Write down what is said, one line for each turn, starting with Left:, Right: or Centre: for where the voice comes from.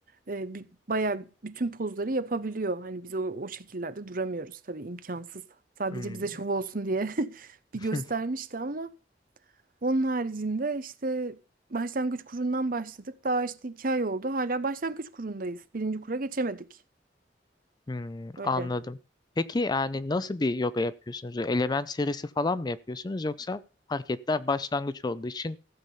Right: E, bi- bayağı bütün pozları yapabiliyor. Hani biz o, o şekillerde duramıyoruz tabii imkansız. Sadece
Left: Hmm,
Right: bize şov olsun diye <laughs> bir
Left: <laughs>
Right: göstermişti ama onun haricinde işte başlangıç kurundan başladık. Daha işte iki ay oldu. Hala başlangıç kurundayız. Birinci kura geçemedik.
Left: hmm,
Right: Öyle.
Left: anladım. Peki yani nasıl bir yoga yapıyorsunuz? Element serisi falan mı yapıyorsunuz yoksa hareketler başlangıç olduğu için